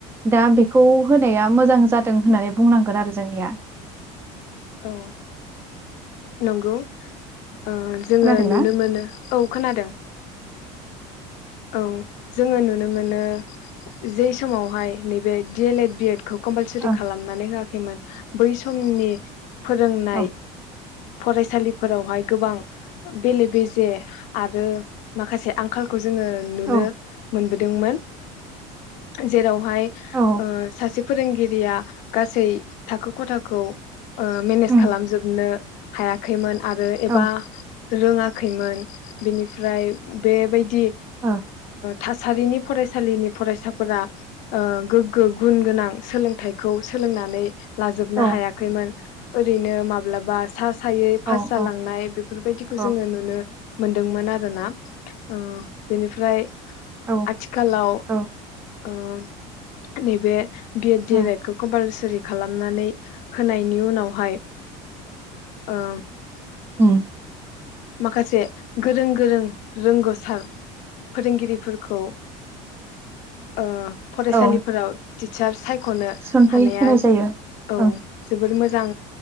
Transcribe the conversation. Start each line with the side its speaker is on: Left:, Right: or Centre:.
Right: दा बेखौ होनाया मोजां जादों होननानै बुंनांगोन आरो जोंनिया
Left: औ नोंगौ ओ जोङो
Right: खोनादोंना
Left: नुनो मोनो औ खोनादों औ जोङो नु नो मोनो जै समावहाय नैबे D El Ed, B Ed खौ कमपालसारि
Right: ओं
Left: खालामनानै होया खैमोन बै समनि फोरोंनाय
Right: औ
Left: फरायसालिफोरावहाय गोबां बेले बेजे आरो माखासे आंखालखौ जोङो नुनो
Right: औ
Left: मोनबो दोंमोन जेराव, फाय
Right: औ
Left: ओ सासोब, फोरोंगिरिया गासै थाखो खथाखौ ओ मेनेज
Right: उम
Left: खालामजोबनो, हायाखैमोन आरो एबा
Right: औ
Left: रोङाखैमोन बेनिफ्राय बेबायदि
Right: ओ
Left: थासारिनि फरायस फरायसालिनि फरायसाफोरा ओ गोग्गो गुन गोनां सोलोंथाइखौ सोलोंनानै लाजोबनो
Right: औ
Left: हायाखैमोन, ओरैनो माब्लाबास, सा सायै
Right: औ
Left: पास जालांनाय बेफोरबायदिखौ
Right: औ
Left: जोङो नुनो, मोनदोंमोन आरोना ओ बेनिफ्राय,
Right: औ
Left: आथिखालाव
Right: औ
Left: ओम नैबे B Ed
Right: um
Left: D El एडखौ कमपालसुरि खालामनानै होनाय, नि उनावहाय ओ
Right: उम
Left: माखासे गोरों गोरों रोंगोसार फोरोंगिरिफोरखौ ओ फरायसालिफोराव
Right: औ
Left: टिसार साय खनो
Right: थिसनथाइ
Left: हानाया
Right: होनाय जायो
Left: औ
Right: ओं
Left: जोबोर मोजां